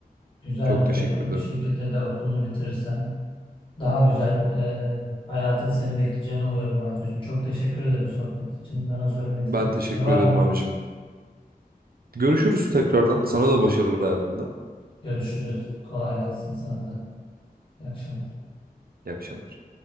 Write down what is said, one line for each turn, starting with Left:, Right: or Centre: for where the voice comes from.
Left: Güzel
Right: Çok
Left: e,
Right: teşekkür ederim.
Left: bir şekilde de okulunu bitirirsen. Daha güzel e, hayatın seni bekleyeceğini umuyorum Bartucuğum. Çok teşekkür ederim sohbet için. Bana söylemek
Right: Ben
Left: istediğin
Right: teşekkür
Left: bir şey var
Right: ederim
Left: mı?
Right: abicim. Görüşürüz tekrardan. Sana da başarılar hayatında.
Left: Görüşürüz. Kolay gelsin sana da. İyi akşamlar.
Right: İyi akşamlar.